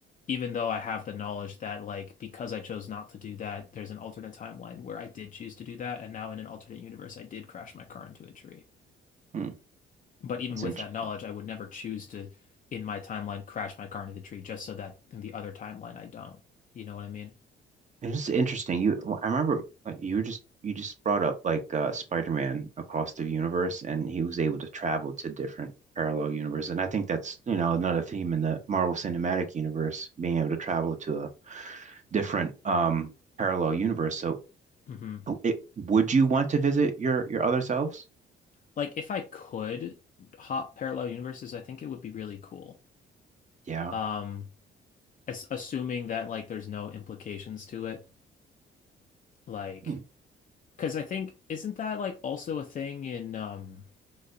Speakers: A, on the left (about 40°); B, on the right (about 35°).
A: even though I have the knowledge that, like, because I chose not to do that, there's an alternate timeline where I did choose to do that. And now in an alternate universe, I did crash my car into a tree.
B: Hmm.
A: But even
B: That's
A: with
B: interesting.
A: that knowledge, I would never choose to, in my timeline, crash my car into the tree just so that in the other timeline, I don't. You know what I mean?
B: It's just interesting. You, well, I remember like you were just you just brought up like uh, Spider-Man across the universe, and he was able to travel to different parallel universes. And I think that's you know another theme in the Marvel Cinematic Universe, being able to travel to a different um parallel universe. So,
A: hmm
B: it, would you want to visit your your other selves?
A: like if I could hop parallel universes, I think it would be really cool.
B: Yeah.
A: Um, as assuming that like there's no implications to it, like
B: Hmm.
A: because I think isn't that like also a thing in um